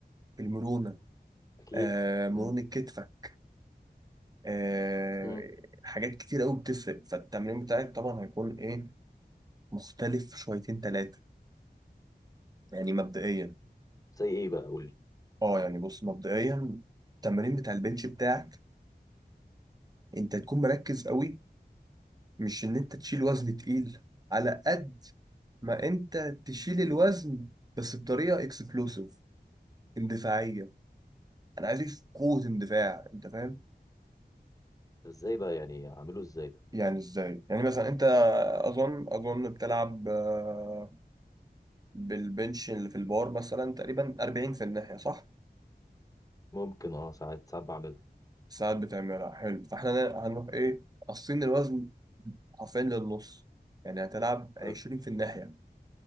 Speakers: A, on the right (about 20°); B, on the left (about 20°).
A: المرونه
B: اكيد
A: آه مرونه
B: مم.
A: كتفك آه
B: مم.
A: حاجات كتير قوي بتفرق فالتمرين بتاعك طبعا هيكون ايه مختلف شويتين ثلاثه يعني مبدئيا
B: زي ايه بقى قول لي
A: اه يعني بص مبدئيا التمرين بتاع البنش بتاعك انت تكون مركز قوي مش ان انت تشيل وزن تقيل على قد ما انت تشيل الوزن بس بطريقه اكسبلوسيف اندفاعيه انا عايز اكشف قوه اندفاع انت فاهم
B: ازاي بقى يعني اعمله ازاي ده
A: يعني ازاي يعني مثلا انت اظن اظن بتلعب آه، بالبنش اللي في البار مثلا تقريبا 40 في الناحيه صح
B: ممكن اه ساعات ساعات بعملها
A: ساعات بتعملها حلو فاحنا هنروح ايه قاصين الوزن حرفيا للنص يعني هتلعب 20
B: حلو
A: في الناحيه